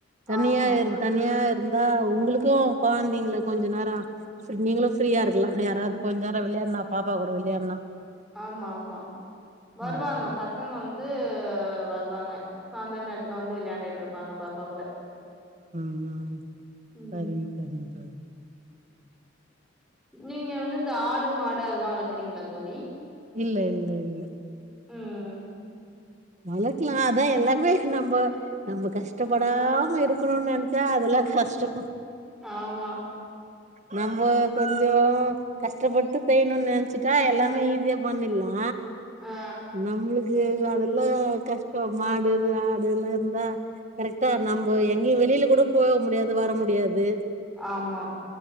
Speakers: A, on the right; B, in the centre.
A: தனியா
B: ஆமா
A: இருந் தனியாருந்தா உங்களுக்கும் கொழந்தைங்கள கொஞ்ச நேர ஃப்ரீ நீங்களு ஃப்ரீயாருக்கலா யாராவது கொஞ்ச நேர வெளையாட்னா பாப்பா கூட வெளையாட்னா
B: ஆமா ஆமா வருவாங்க
A: ம்
B: பசங்க வந்து வருவாங்க சாயந்தரநேரத்துல வந்து வெளையாண்டுட்ருப்பாங்க பாப்பா கூட
A: ம்
B: ம்
A: சரிங் சரிங்க சரி
B: நீங்க வந்து இந்த ஆடு மாடு அதெல்லா வளக்கிறீங்களா தோழி
A: இல்ல இல்ல இல்ல
B: ம்
A: வளக்கலா அதா எல்லாமே நம்ப நம்போ கஷ்டப்படாம இருக்கணும்னு நெனை ச்சா அதெல்லா கஸ்டோ
B: ஆமா
A: நம்போ கொஞ்ஜோ கஷ்டப்பட்டு பெய்யணுனு நெனைச்சுட்டா எல்லாமே ஈஸியா பண்ணில்லா
B: ஆ
A: நம்மளுக்கு யா அதெல்லா கஷ்டோ மாடு ஆடுல்லா இருந்தா கரெக்டா நம்போ எங்கேயு வெளிலகூட போவமுடியாது வர முடியாது
B: ஆமா